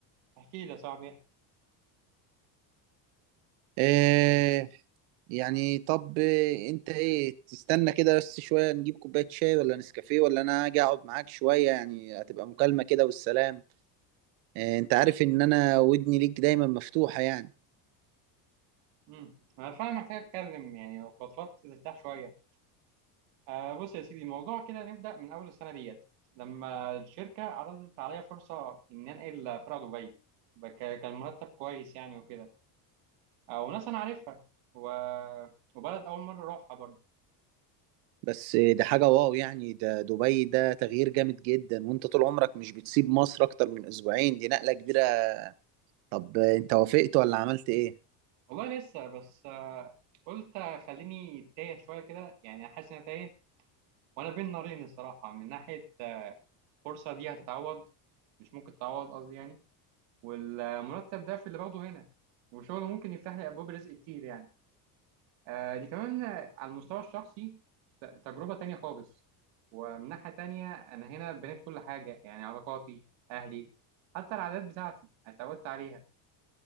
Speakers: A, on the right; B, on the right.
A: احكي لي يا صاحبي احكي
B: إيه يعني طب انت ايه تستنى كده بس شوية نجيب كوباية شاي ولا نسكافيه ولا انا اجي اقعد معاك شوية يعني هتبقى مكالمة كده والسلام إيه انت عارف ان انا ودني ليك دايما مفتوحة يعني
A: امم انا فعلا محتاج اتكلم يعني لو فضفضت ترتاح شويه آه بص يا سيدي الموضوع كده نبدا من اول السنه ديت لما الشركه عرضت عليا فرصه ان انقل فرع دبي بك- كان مرتب كويس يعني وكده آه وناس انا عارفها و... وبلد اول مره اروحها برضو
B: بس ده حاجة واو يعني ده دبي ده تغيير جامد جدا وانت طول عمرك مش بتسيب مصر اكتر من اسبوعين دي نقلة كبيرة طب انت وافقت ولا عملت ايه؟
A: والله لسه بس آه، قلت خليني تايه شويه كده يعني حاسس ان أنا تايه وانا بين نارين الصراحه من ناحيه آه، الفرصه دي هتتعوض مش ممكن تتعوض قصدي يعني والمرتب ده في اللي باخده هنا وشغله ممكن يفتح لي ابواب رزق كتير يعني آه، دي كمان آه، على المستوى الشخصي ت- تجربه تانية خالص ومن ناحيه تانية انا هنا بنيت كل حاجه يعني علاقاتي اهلي حتى العادات بتاعتي اتعودت عليها